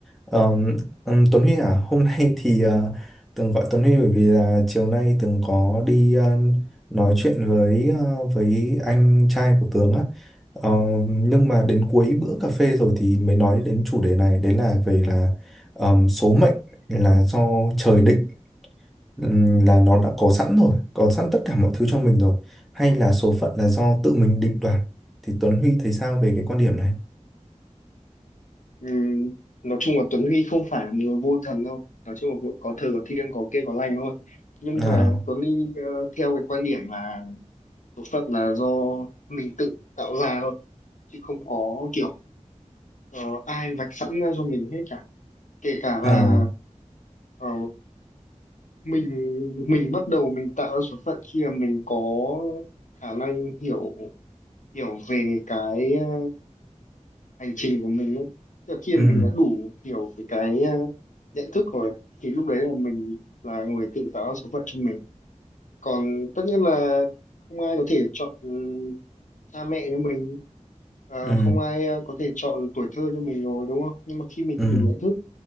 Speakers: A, in the centre; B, on the left (about 80°).
A: Ờm, ừm, Tuấn Huy à, hôm nay <laughs> thì ờ, Tường gọi Tuấn Huy bởi vì là chiều nay Tường có đi ờ, nói chuyện với ờ, với anh trai của Tường á. Ờm, nhưng mà đến cuối bữa cà phê rồi thì mới nói đến chủ đề này, đấy là về là ờm, số mệnh là do trời định ừm, là nó đã có sẵn rồi, có sẵn tất cả mọi thứ cho mình rồi, hay là số phận là do tự mình định đoạt. Thì Tuấn Huy thấy sao về cái quan điểm này?
B: Ừ, nói chung là Tuấn Huy không phải là một người vô thần đâu nói chung là cũng có thờ có thiêng có kiêng có lành thôi nhưng
A: À,
B: mà Tuấn Huy ờ, theo cái quan điểm là số phận là do mình tự tạo ra thôi chứ không có kiểu ờ, ai vạch sẵn ra cho mình hết cả kể cả là
A: à,
B: ờ, mình mình bắt đầu mình tạo ra số phận khi mà mình có khả năng hiểu hiểu về cái ờ, hành trình của mình ấy. Tức là khi
A: ừ,
B: mà mình đã đủ hiểu về cái ờ, nhận thức rồi thì lúc đấy là mình là người tự tạo ra số phận cho mình còn tất nhiên là không ai có thể chọn ừ, cha mẹ cho mình và
A: ừ,
B: không ai ờ, có thể chọn tuổi thơ cho mình rồi đúng không nhưng mà khi mình
A: ừ.
B: đủ nhận thức